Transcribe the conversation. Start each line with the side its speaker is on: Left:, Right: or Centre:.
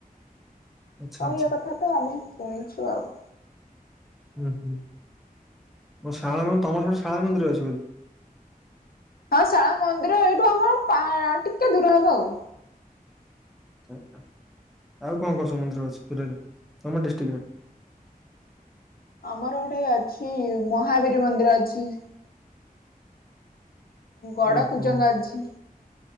Centre: ଆଚ୍ଛା
Left: କହିଆ
Centre: ଆଚ୍ଛା
Left: କଥା ତ ଆମେ ଶୁଣିଛୁ ଆଉ।
Centre: ଉଁ ହୁଁ ଓ ଶାରଳା ମାଆ ତମର ସେପଟେ ଶାରଳା ମନ୍ଦିର ଅଛି ବୋ
Left: ହଁ ଶାରଳା ମନ୍ଦିର ଏଇଠୁ ଆମର ପା ଟିକେ ଦୂର ହବ ଆଉ।
Centre: ଆଚ୍ଛା ଆଚ୍ଛା ଆଉ କଣ କଣ ସବୁ ମନ୍ଦିର ଅଛି <unintelligible> ତମ ଡିଷ୍ଟ୍ରିକ୍ ରେ?
Left: ଆମର ଗୋଟେ ଅଛି ମହାବୀର ମନ୍ଦିର ଅଛି। ଗଡ
Centre: ଓହୋ
Left: କୁଜଙ୍ଗ ଅଛି।